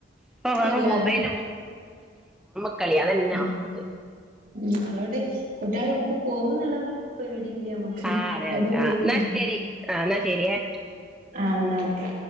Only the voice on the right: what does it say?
എല്ലാരും
ഉം
ഉം അതുകൊണ്ട് കുട്ടികളെവിടേക്കും പോകൂന്നുള്ള പേടിയില്ല നമ്മക്ക്
എവിടെള്ളെ
<unintelligible>
ആ എന്ന ഓക്കെ